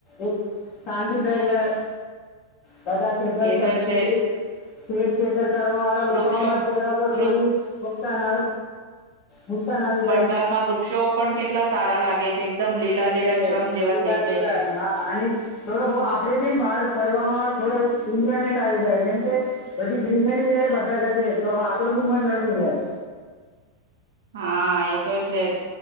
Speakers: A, on the left; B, on the right.
A: એક શાંતિ થઇ, જાય. બધા ખેતર
B: એ
A: પર
B: તો છે
A: ખેતરી
B: જ
A: ખેતર કરવા વાળા, લોકો
B: વૃક્ષો
A: ના ચરા પર
B: વૃ
A: થોડી નુકસાન, નુકસાન આવી જાય.
B: વરસાદમાં વૃક્ષો પણ કેટલા સારા લાગે છે. એકદમ લીલા લીલા
A: એજ,
B: છમ
A: એજ
B: જેવા
A: લીલા,
B: થઈ જાય
A: લીલા
B: છે.
A: હા અને થોડો બઉ આપડે બી બહાર ફરવામાં થોડો એન્જોયમેન્ટ આવી જાય, એમ કે બધી ગ્રીનરી છે, બધા જ તો આપડો બી મન રમી જાય.
B: હા, એ તો છે જ